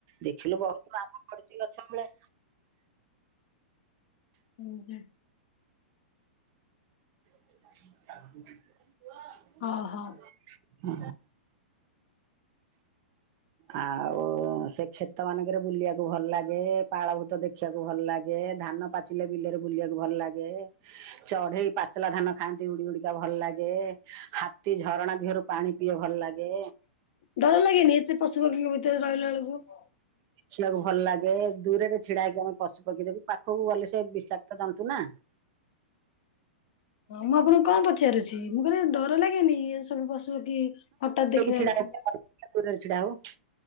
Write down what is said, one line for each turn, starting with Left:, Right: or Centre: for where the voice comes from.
Right: ଦେଖିଲୁ ବ <unintelligible> ଗଛ ମୂଳେ।
Left: ଉଁ ହୁଁ।
Right: <inaudible> ପୁଅ <inaudible>
Left: ଓହୋ
Right: ହ ଆଉ ସେ କ୍ଷେ ଶୀତମାନଙ୍କରେ ବୁଲିବାକୁ ଭଲ ଲାଗେ ପାଳଭୂତ ଦେଖିବାକୁ ଭଲ ଲାଗେ ଧାନ ପାଚିଲେ ବିଲରେ ବୁଲିବାକୁ ଭଲ ଲାଗେ। ଗେ ଚଢେଇ ପାଚଲା ଧାନ ଖାଆନ୍ତି ଉଡି ଉଡିକା ଭଲ ଲାଗେ ହାତୀ ଝରଣା ଦେହରୁ ପାଣି ପିଏ ଭଲ ଲାଗେ।
Left: ଡର ଲାଗେନି ଏତେ ପଶୁ ପକ୍ଷୀଙ୍କ ଭିତରେ ରହିଲା ବେଳକୁ?
Right: ଖିବାକୁ ଭଲ ଲାଗେ ଦୂରରେ ଛିଡା ହେଇକି ଆମେ ପଶୁ ପକ୍ଷି ଦେବୁ ପାଖକୁ ଗଲେ ସେ ବିଶାକ୍ତ ଯନ୍ତୁ ନା?
Left: ହଁ ମୁଁ ଆପଣଙ୍କୁ କଣ ପଚାରୁଛି ମୁଁ କହିଲେ ଡର ଲାଗେନି ଏ ସବୁ ପଶୁ କି ହଠାତ୍ ଦେଖିଲା
Right: ହେଇକି ଛିଡା
Left: ବେଳକୁ
Right: ଦୂରରେ ଛିଡ଼ା ହବୁ।